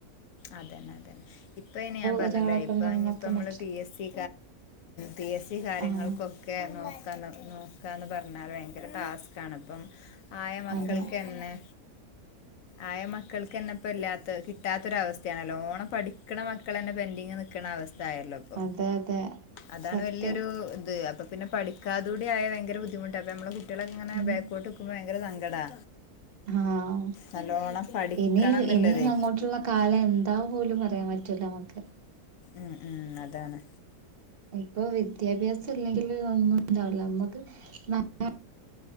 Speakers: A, on the left; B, on the right.
A: അതെന്നെ അതന്നെ ഇപ്പൊ അയ്ൻ ഞാൻ പറഞ്ഞല്ലേ
B: ഒരാളൊക്കെ
A: ഇപ്പ
B: ഉണ്ടെന്നൊക്കെ
A: ഇപ്പോ നമ്മ
B: മറ്റ
A: P S C P S C കാര്യങ്ങൾക്കൊക്കെ
B: ആഹ്
A: നോക്കാ നോക്കന്ന് പറ ഭയങ്കര ടാസ്ക് ആണ് ഇപ്പം. ആയ മക്കൾക്ക്ന്നെ
B: അതെ
A: ആയ മക്കൾക്ക്ന്നെപ്പോ ഇല്ലാത്ത് കിട്ടാത്തൊരവസ് ക്കാണ് നല്ലോണം പഠിക്കണ മക്കളെന്നെ പെൻഡിങ് നിക്കണ അവസ് തായല്ലോ ഇപ്പോ.
B: അതെ അതെ
A: അതാണ്
B: സത്യം
A: വല്യൊരു ഇത് അപ്പോ പിന്നെ പഠിക്കാതൂടായാ ഭയങ്കര ബദ്ധമുട്ടാപ്പോ ഞമ്മള് കുട്ട്യളിങ്ങനെ
B: ഉം
A: ബാക്കോട്ട്ക്ക്മ്പോ ഭയങ്കര സങ്കടാ
B: ആഹ്
A: നല്ലോണം പഠിക്കണം
B: ഇനി
A: എന്നുള്ളതേ
B: ഇനി അങ്ങോട്ടുള്ള കാലം എ താ പോലും പറയാൻ പറ്റൂല അമ്മക്ക്
A: മ് മ് അതാണ്
B: ഇപ്പ വിദ്യാഭ്യാസം ഇല്ലെങ്കില് ഒന്നും ഇണ്ടാവില്ല മ്മക്ക് <unintelligible>